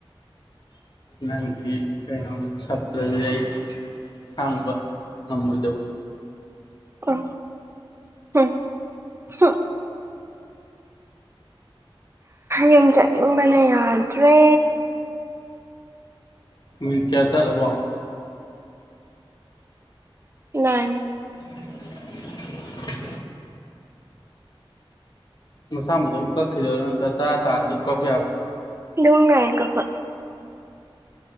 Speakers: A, on the left (about 50°); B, on the right (about 25°).
A: ꯅꯪꯒꯤ ꯀꯩꯅꯣ ꯁꯞꯇ꯭ꯔꯖꯦ ꯑꯩ ꯈꯥꯡꯕ ꯉꯝꯃꯣꯏꯗꯧ
B: ꯑꯣ ꯍꯝ ꯍꯨꯝ ꯌꯨꯝ ꯆꯠꯅꯤꯡꯕꯅ ꯌꯥꯗ꯭ꯔꯦ
A: ꯃꯤꯅꯠ ꯀꯌꯥ ꯆꯠꯂꯥꯕꯣ
B: ꯅꯥꯏꯟ
A: <unintelligible> ꯃꯁꯥ ꯃꯗꯣꯝ ꯀꯛꯈꯤꯗꯣꯏꯔ ꯅꯠꯇ ꯇꯔꯥ ꯇꯥꯔꯗꯤ ꯑꯗꯨꯝ ꯀꯛꯄ ꯌꯥꯕ꯭ꯔꯣ
B: ꯑꯗꯨꯝ ꯌꯥꯏ ꯀꯛꯄ